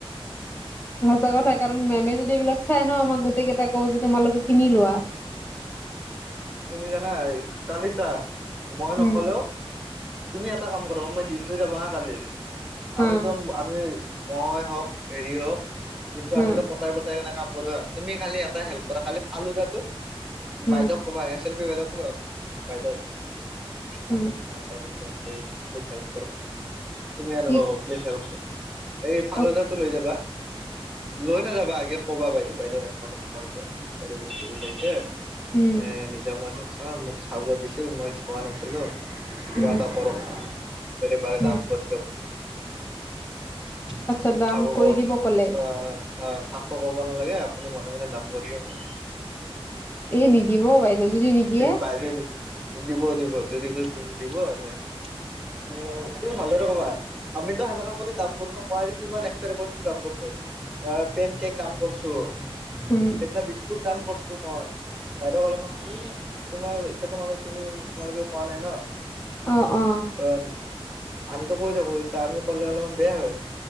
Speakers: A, on the left; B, in the centre.
A: সঁচা কথা কাৰণ মেমে যদি এইবিলাক চাই ন' আমাক গোটেই কেইটাই ক'ব যে তোমালোকে কিনি লোৱা।
B: তুমি জানা কালি চা মই নকলেও
A: উম
B: তুমি এটা কাম কৰা মই দিনটো যাব হা কালি। আমিতো
A: হা
B: আমি মই হওঁক, হেৰি হওঁক কিন্তু
A: হা
B: আমিতো পতাই পতাই কেনে। কাম কৰো তুমি খালি এটা হেল্প কৰা খালি ফালুদাটোক যে বাইদেক
A: উম
B: ক'বা এ <unintelligible> বাইদেউক ক'বা। বাইদেউ <unintelligible>
A: উম
B: প্লিজ হেল্প কৰক না। তুমি এনেকুৱা
A: কি
B: কবা, প্লিচ হেল্প এই ফালদাটো
A: অ
B: লৈ যাবা। লৈ নাযাবা আগে কবা বাইদেউ, বাইদেউ এনেকুৱা তেনেকুৱা হৈছে বস্তু ছে
A: উম
B: এ নিজ মই চাম মোক চাব দিছিল মই চোৱা নাছিলো। কিবা
A: উম
B: এটা কৰক না যদি পাৰে
A: উম
B: দাম কৰি দিয়ক। <unintelligible>
A: আচ্ছা দাম কৰি দিব ক'লে
B: অ' কাকো ক'ব নালাগে আপুনি মনে মনে দাম কৰি দিয়ক না।
A: এই নিদিব বাইদেউ। যদি নিদিয়ে
B: বাইদেউ দি দিব দিব যদি কৰিম দিব নে তুমি ভালদৰে কবা। আমিতো সেনেকা কৰি দাম কৰো ন মই আজি কিমান এক্সপেৰী দাম কৰিছো। কেক দাম কৰিছো।
A: উম
B: সেইদিনা বিস্কুট দাম কৰিছো মই বাইদেউক অলপমান খালি। তোমাৰ এতিয়া তোমালোক তুমি তোমালোক কোৱা নাই ন'।
A: অ' অ'।
B: কাৰণ আমিতো কৈ থাকো এতিয়া আমি ক'লে অলপমান বেয়া হয়